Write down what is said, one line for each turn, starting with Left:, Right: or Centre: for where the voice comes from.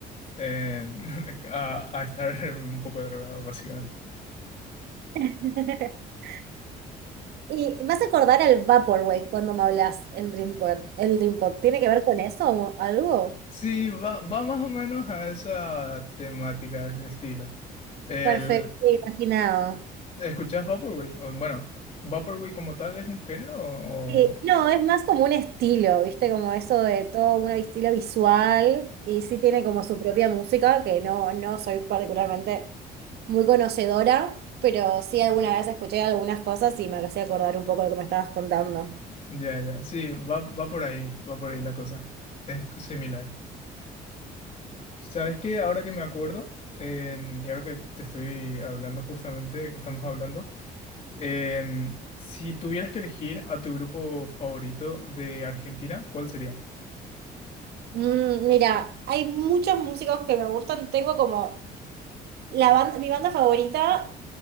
Left: en- <laughs> a, a estar un poco drogado, básicamente.
Right: <laughs> Y vas a acordar al Vaporwave cuando me hablas el Dream Pop, el Dream Pop. ¿Tiene que ver con eso o algo?
Left: Sí, va, va más o menos a esa temática, a ese estilo. El,
Right: Perfecto, imaginado.
Left: ¿escuchás Vaporwave? O, bueno, ¿Vaporwave como tal es un género o...?
Right: Sí,
Left: o-
Right: no, es más como un estilo, ¿viste? Como eso de todo un estilo visual y sí tiene como su propia música, que no, no soy particularmente muy conocedora, pero sí alguna vez escuché algunas cosas y me hacía acordar un poco de lo que me estabas contando.
Left: Ya, ya, sí, va, va por ahí, va por ahí la cosa. Es similar. ¿Sabes qué? Ahora que me acuerdo, en- y ahora que te estoy hablando justamente, que estamos hablando, em, si tuvieras que elegir a tu grupo favorito de Argentina, ¿cuál sería?
Right: Mm, mira, hay muchos músicos que me gustan, tengo como la banda, mi banda favorita